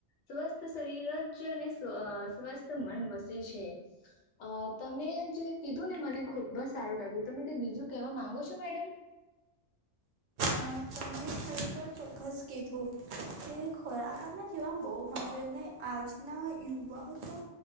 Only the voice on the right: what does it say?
અ તમે ખરેખર ચોક્કસ કીધું કે ખોરાક આમે એવા બો મજને આજના યુવા તો